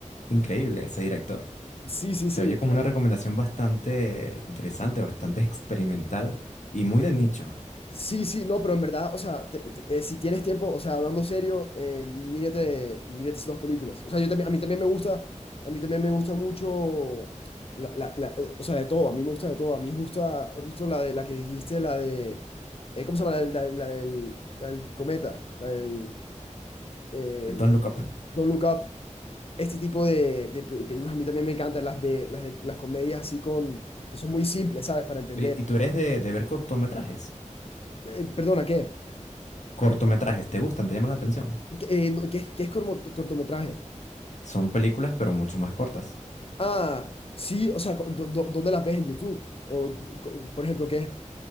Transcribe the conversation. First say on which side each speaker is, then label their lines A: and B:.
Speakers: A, on the left; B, on the left.
A: increíble ese director.
B: sí, sí,
A: Se
B: sí.
A: oye como una recomendación bastante interesante, bastante experimental y muy de nicho.
B: Sí, sí, no, pero en verdad, o sea, te- te- eh, si tienes tiempo, o sea, hablando serio, eh, mírate, mírate esas dos películas. O sea, yo también, a mí también me gusta, a mí también me gusta mucho, la, la- la- eh, o sea, de todo, a mí me gusta de todo. A mí gusta, justo la de la que dijiste, la de, eh, ¿cómo se llama? La, del- la- la del, la del cometa, la del eh,
A: Don't Look Up.
B: Don't Look Up. Este tipo de, de pe- películas a mí también me encantan, las de, las de las comedias así con, que son muy simples, ¿sabes? Para entender.
A: Oye, ¿y tú eres de, de ver cortometrajes?
B: Eh, perdona, ¿qué?
A: Cortometrajes, ¿te gustan? ¿Te llaman la atención?
B: Que, eh, no, que es, que es cormo- cortometraje.
A: Son películas, pero mucho más cortas.
B: Ah, sí, o sea, co- do- do- ¿dónde las ves en YouTube? O, co- por ejemplo, ¿qué?